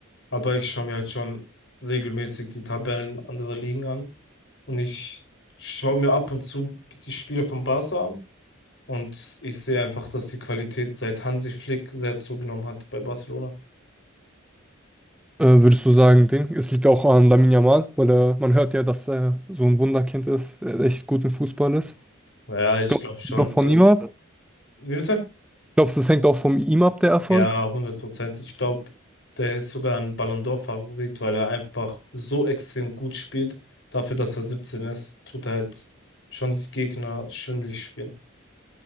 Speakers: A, on the left (about 60°); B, in the centre.
A: aber ich schaue mir halt schon regelmäßig die Tabellen anderer Ligen an. Und ich schaue mir ab und zu die Spiele von Barca an. Und ich sehe einfach, dass die Qualität seit Hansi Flick sehr zugenommen hat bei Barcelona.
B: Äh, würdest du sagen, Ding? Es liegt auch an Lamine Yamal, weil äh, man hört ja, dass er so ein Wunderkind ist, er echt gut im Fußball ist.
A: Naja, ich
B: Glaubst
A: glaube schon.
B: du doch von
A: Da,
B: ihm ab?
A: wie bitte?
B: Glaubst du, das hängt auch von ihm ab, der Erfolg?
A: Ja, hundert Prozent. Ich glaube, der ist sogar ein Ballon d'Or-Favorit, weil er einfach so extrem gut spielt. Dafür, dass er 17 ist, tut er halt schon die Gegner schwindelig spielen.